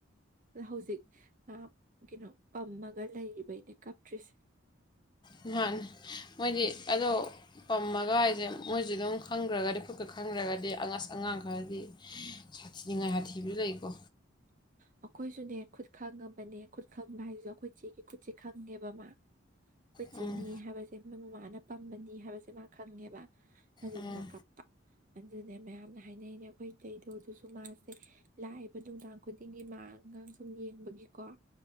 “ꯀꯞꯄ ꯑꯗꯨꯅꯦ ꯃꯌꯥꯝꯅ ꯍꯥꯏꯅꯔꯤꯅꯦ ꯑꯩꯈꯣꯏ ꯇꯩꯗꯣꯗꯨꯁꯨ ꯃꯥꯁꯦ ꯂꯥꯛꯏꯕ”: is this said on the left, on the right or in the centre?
Right